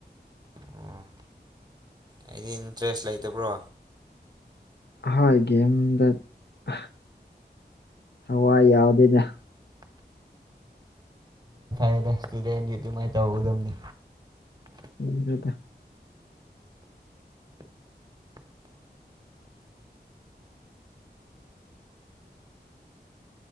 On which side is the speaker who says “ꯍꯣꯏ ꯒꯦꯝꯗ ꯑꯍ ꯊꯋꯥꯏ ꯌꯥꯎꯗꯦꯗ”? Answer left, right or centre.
Left